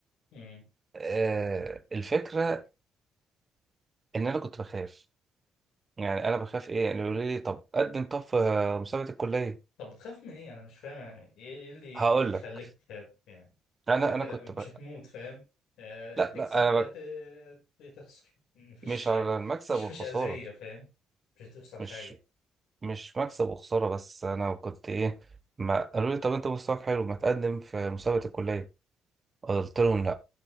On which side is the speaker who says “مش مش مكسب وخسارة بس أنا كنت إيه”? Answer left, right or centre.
Right